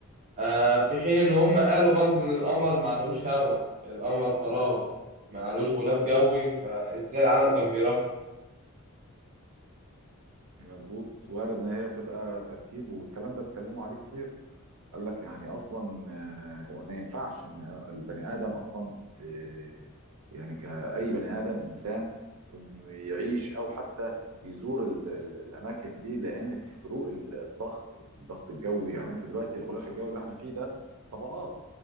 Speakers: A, on the right; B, on the right.
A: آه، في حين ان هم قالوا برضو ان القمر معلهوش هوا القمر فراغ معلهوش غلاف جوي فازاي العالم كان بيرفرف
B: مظبوط وارد ان هي تبقى تركيب والكلام ده اتكلموا عليه كتير قال لك يعني اصلا آه، هو ما ينفعش ان البني ادم اصلا آه، يعني كاي بني ادم انسان انه يعيش او حتى يزور ال- ال- الاماكن دي لان فروق ال- الضغط الضغط الجوي يعني انت دلوقتي الغلاف الجوي اللي احنا فيه ده طبقات